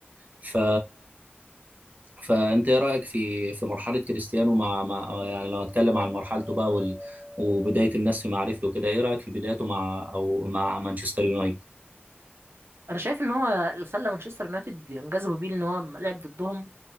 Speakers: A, on the right; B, on the right.
A: ف فانت ايه رايك في في مرحله كريستيانو مع, مع يعني لو هتكلم عن مرحلته بقى وال... وبدايه الناس في معرفته كده ايه رايك في بدايته مع او مع مانشستر يونايتد
B: أنا شايف إن هو اللي خلى مانشستر يونايتد ينجذبوا بيه إن هو لعب ضدهم